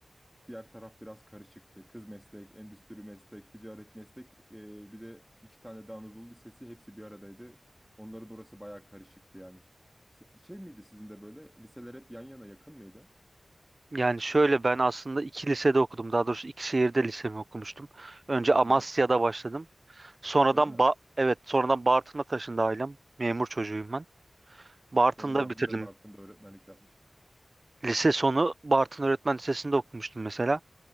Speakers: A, in the centre; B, on the right.
A: Diğer taraf biraz karışıktı. Kız meslek, endüstri meslek, ticaret meslek. e, bir de iki tane de Anadolu Lisesi hepsi bir aradaydı. Onların orası bayağı karışıktı yani. Se- Şey miydi sizin de böyle liseler hep yan yana yakın mıydı?
B: Yani şöyle ben aslında iki lisede okudum. Daha doğrusu iki şehirde lisemi okumuştum. Önce
A: Hı
B: Amasya'da
A: hı.
B: başladım. Sonradan
A: Öyle mi? Hı.
B: ba evet sonradan Bartın'a taşındı ailem. Memur çocuğuyum ben. Bartın'da
A: Benim abim
B: bitirdim
A: de Bartın'da öğretmenlik yapmıştı.
B: Lise sonu Bartın Öğretmen Lisesi'nde okumuştum mesela.